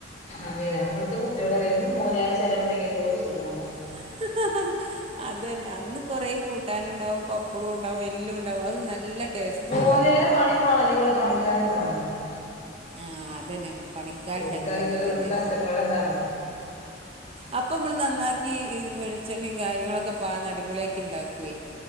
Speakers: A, on the left; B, on the right.
A: അതെ ഇവിടുത്തെ കുട്ടിളോടറിം എന്നും മൊലാരെ ചെലവുണ്ടെങ്കി എന്തോരു സുഖാ ണ്
B: <unintelligible> അതന്നെ അന്ന് കുറേ കൂട്ടാനും ഉണ്ടാവും പപ്പടും ഉണ്ടാവും എല്ലുണ്ടാവും അഹ് നല്ല ടേസ്റ്റു
A: <unintelligible> കണ്ടാ
B: ആഹ് അതന്നെ പണിക്കാരുണ്ടെങ്കിലും
A: ഓൽക്കറിയില്ലല്ലോ
B: അങ്ങൻതന്നെ
A: ഇവിടുത്തെ കഷ്ടപ്പാട് എന്താന്ന്
B: അപ്പൊ മ്മള് നന്നാക്കി വെളിച്ചെണ്ണയും കാര്യങ്ങളൊക്കെ പാ ന്നടിപൊളിയാക്കി ണ്ടാക്കുവേ